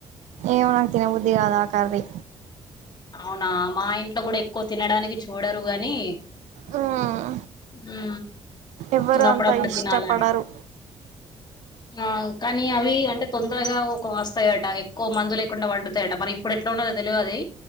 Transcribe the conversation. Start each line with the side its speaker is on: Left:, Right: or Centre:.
Right: ఆ తినబుద్ది కాదు ఆ కర్రీ
Left: అవునా మా ఇంట్లో కూడా ఎక్కువ తినడానికి చూడరు గాని
Right: మ్మ్
Left: ఆ
Right: ఎవ్వరు
Left: అప్పుడప్పుడు
Right: అంత ఇష్టపడరు
Left: తినాలి కదా ఆ కానీ అవి అంటే తొందరగా వస్తాయట ఎక్కువ మందులు ఎ కుండా వండుతాయట మరి ఇప్పుడు ఎట్లా ఉండదుో తెలియ అది